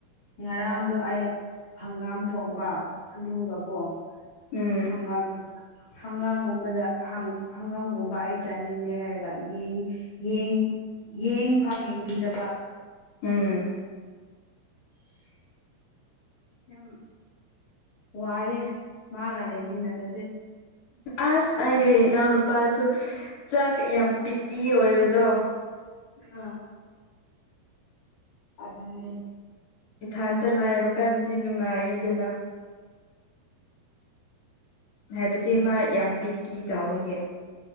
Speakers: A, on the left; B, on the left.
A: ꯉꯔꯥꯡꯗꯣ ꯑꯩ ꯍꯪꯒꯥꯝ ꯊꯣꯡꯕ ꯑꯂꯨꯒꯀꯣ
B: ꯎꯝ
A: ꯍꯪꯒꯥꯝ ꯊꯣꯡ ꯍꯪꯒꯥꯝꯒꯨꯝꯕꯗ ꯍꯪꯒꯥꯝꯒꯨꯝꯕ ꯑꯩ ꯆꯥꯅꯤꯡꯗꯦ ꯍꯥꯏꯔꯒ ꯌꯦꯡ ꯌꯦꯡ ꯌꯦꯡ ꯐꯥꯎ ꯌꯦꯡꯕꯤꯗꯕ
B: ꯎꯝ
A: ꯎ <inaudible> ꯌꯥꯝ ꯋꯥꯏꯑꯦ ꯃꯥꯒ ꯂꯩꯃꯤꯟꯅꯕꯁꯦ
B: ꯑꯁ ꯑꯩꯒꯤ ꯏꯅꯥꯎꯅꯨꯄꯥꯁꯨ ꯆꯥꯛ ꯌꯥꯝ ꯄꯤꯛꯀꯤ ꯑꯣꯏꯕꯗꯣ
A: ꯑꯥ ꯑꯗꯨꯅꯦ
B: ꯏꯊꯥꯟꯇ ꯂꯥꯏꯕ ꯀꯥꯟꯗꯗꯤ ꯅꯨꯡꯉꯥꯏ ꯑꯗꯨꯅ ꯍꯥꯏꯕꯗꯤ ꯃꯥ ꯌꯥꯝ ꯄꯤꯛꯈꯤ ꯇꯧꯕꯒꯤ